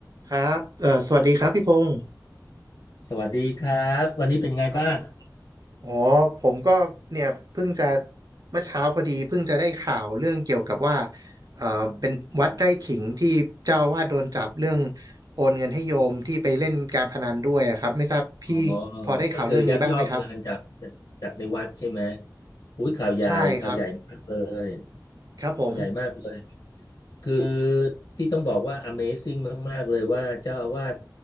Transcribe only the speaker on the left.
สวัสดีครับวันนี้เป็นไงบ้าง
อ๋อก็คือยักยอกเงินจากจากในวัดใช่ไหมอุ้ยข่าวใหญ่ข่าวใหญ่มากเลย
ข่าวใหญ่มากเลยคือพี่ต้องบอกว่า Amazing มากๆเลยว่าเจ้าอาวาส